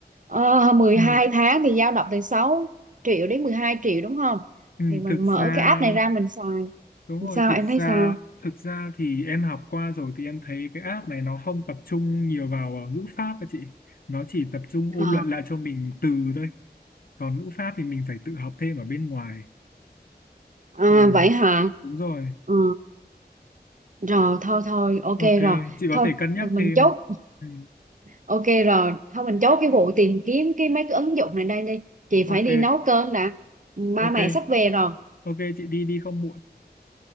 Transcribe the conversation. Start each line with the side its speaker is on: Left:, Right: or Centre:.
Right: uh, mười
Left: Ừ.
Right: hai tháng thì dao động từ sáu triệu đến mười hai triệu đúng không
Left: Ừ.
Right: thì mình
Left: Thực
Right: mở
Left: ra
Right: cái app này ra mình xài
Left: đúng rồi
Right: sao
Left: thực
Right: em thấy
Left: ra
Right: sao
Left: thực ra thì em học qua rồi thì em thấy cái app này nó không tập trung nhiều vào ờ, ngữ pháp các chị nó chỉ tập trung ôn
Right: Ờ.
Left: luyện lại cho mình từ thôi còn ngữ pháp thì mình phải tự học thêm ở bên ngoài
Right: à,
Left: ừ.
Right: vậy hả
Left: Đúng rồi
Right: Ừ, rồi thôi thôi ok
Left: ok
Right: rồi
Left: chị có
Right: thôi
Left: thể cân
Right: mình
Left: nhắc
Right: mình
Left: thêm
Right: chốt
Left: ừ.
Right: Ok rồi, thôi mình chốt cái vụ tìm kiếm cái mấy cái ứng dụng này đây đi. Chị phải
Left: ok
Right: đi nấu cơm đã. Ba
Left: ok
Right: mẹ sắp về rồi.
Left: ok chị đi đi không muộn